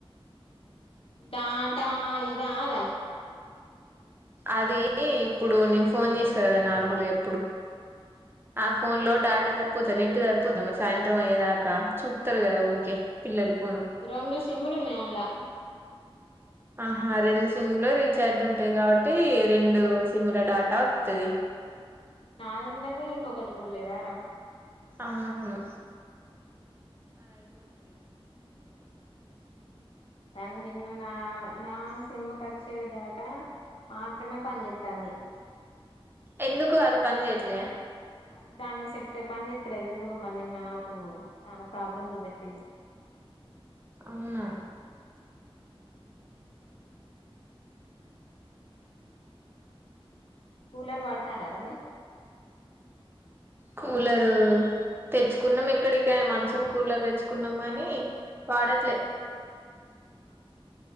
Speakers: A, on the left; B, on the right.
A: డాటా ఇద అద
B: అది ఇప్పుడు నేను ఫోన్ చేస్తా కదా నార్మల్గా ఇప్పుడు ఆ ఫోన్ లో డాట ట్ సరిపోతా నెట్టు సరిపోద్దా? మరి సాయంత్రం అయ్యే దాకా, చూత్తరు కదా ఊకే పిల్లలు. ఫోను
A: రెండు స్ సిమ్ములు ఉన్నాయి అన్లా
B: ఆహా రెండు సిమ్ లో రీఛార్జ్ ఉంటది కాబట్టి రెండు సిమ్ ల డాటా వత్తది.
A: నాదున్నది ఇంకొకటి కూడా లేదార?
B: అవునవును.
A: కానీ నిన్న నా నా సిమ్ కి వచ్చే డేటా మాత్రమే పనిచేత్తాంది.
B: ఎందుకు అది పనిచేయట్లే?
A: అది దాన్ని సెట్ పనిచేత్తలేదు ఎందుకో మరి నిన్న నాకు చాలా ప్రాబ్లమ్ చూపెట్టింది.
B: అవునా
A: కూలర్ వాడుతారా రా మీరు?
B: కూలరు తెచ్చుకున్నాం ఇక్కడికి మంచం కూలర్ తెచ్చుకున్నాం కాని వాడట్లే.